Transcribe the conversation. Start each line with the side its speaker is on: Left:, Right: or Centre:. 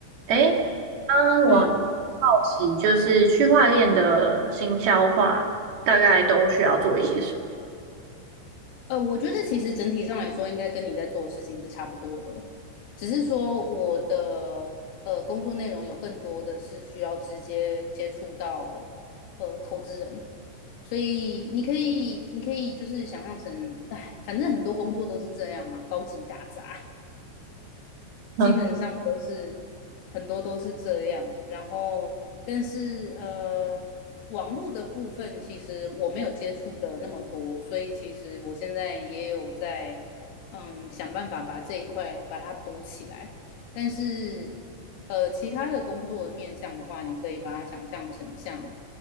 Right: 诶，刚我
Left: 嗯，
Right: 好奇，就是区块链的新消化大概都需要做一些什
Left: 呃，我觉得其实整体上来说，应该跟你在做的事情是差不多的，只是说我的呃工作内容有更多的是需要直接接触到呃投资人，所以你可以你可以就是想象成，哎，反正很多工作都是这样嘛，高级打杂。
Right: 么？
Left: 基本上都是很多都是这样。然后，但是呃，网络的部分其实我没有接触的那么多，所以其实我现在也有在嗯想办法把这一块把它补起来。但是呃，其他的工作的面向的话，你可以把它想象成像